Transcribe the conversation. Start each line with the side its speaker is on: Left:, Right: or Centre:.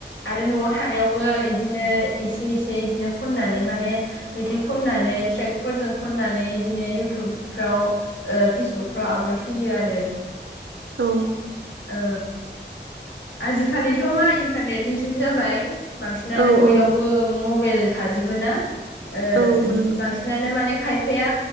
Left: आरो न'आव थानायाव बो इदिनो एसे एसे इदिनो खननानै माने मेथाइ खननानै ट्रेकफोरजों खननानै बिदिनो इउटुबफ्राव ओ फेसबुकफ्राव आपलड होयो आरो।
Right: औ
Left: औ आजिखालिथ' मा इन्टारनेटनि जुग जाबाय। बांसिनानो
Right: औ
Left: बयनावबो
Right: औ
Left: मबाइल थाजोबो ना ओ
Right: औ नंगौ
Left: बांसिन नानो माने खायफाया